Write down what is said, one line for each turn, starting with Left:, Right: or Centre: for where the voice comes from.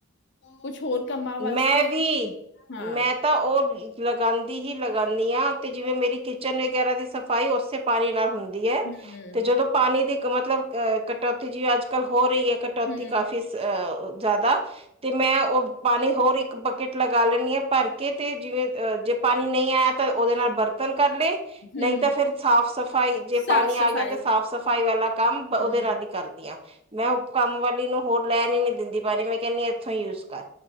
Left: ਕੁੱਛ ਹੋਰ ਕੰਮਾਂ ਵਾਸਤੇ
Right: ਮੈਂ ਵੀ
Left: ਹਾਂ
Right: ਮੈਂ ਤਾਂ ਓ ਲਗਾਂਦੀ ਹੀ ਲਗਾਨੀ ਆ ਆ ਤੇ ਜਿਵੇਂ ਮੇਰੀ ਕਿਚਨ ਵਗੈਰਾ ਦੀ ਸਫ਼ਾਈ ਓਸੇ ਪਾਣੀ ਨਾਲ ਹੁੰਦੀ ਦੀ ਐ
Left: ਹਮ
Right: ਤੇ ਜਦੋਂ ਪਾਣੀ ਦੀ ਮਤਲਬ ਅਹ ਕਟੌਤੀ ਜਿ ਅੱਜ ਕੱਲ੍ਹ ਹੋਰ <unintelligible> ਕਟੌਤੀ
Left: ਹਮ
Right: ਕਾਫ਼ੀ ਸ ਅ ਜਾਦਾ ਤੇ ਮੈਂ ਓ ਪਾਣੀ ਹੋਰ ਇੱਕ ਬਕਟ ਲਗਾ ਲੈਂਣੀ ਆਂ। ਭਰ ਕੇ ਤੇ ਜਿਵੇਂ ਅ ਜੇ ਪਾਣੀ ਨਈ ਆਇਆ ਤਾਂ ਓਦੇ ਨਾਲ ਬਰਤਨ ਕਰ ਲੇ
Left: ਹਮ
Right: ਨਈ ਤਾਂ ਫੇਰ ਸਾਫ਼ ਸਫ਼ਾਈ ਜੇ
Left: ਸਾਫ
Right: ਪਾਣੀ
Left: ਸਫਾਈ
Right: ਆ ਗਿਆ ਤੇ ਸਾਫ਼ ਸਫ਼ਾਈ ਵਾਲਾ ਕੰਮ ਓਦੇ
Left: ਹਮ
Right: ਨਾਲ ਈ ਕਰਦੀ ਆ। ਮੈਂ ਉਪ ਕੰਮ ਵਾਲੀ ਨੂੰ ਹੋਰ ਲੈਣ ਈ ਨੀ ਦਿੰਦੀ ਪਾਣੀ ਮੈਂ ਕੈਨੀ ਆ ਏਥੋਂ ਈ ਯੂਜ ਕਰ।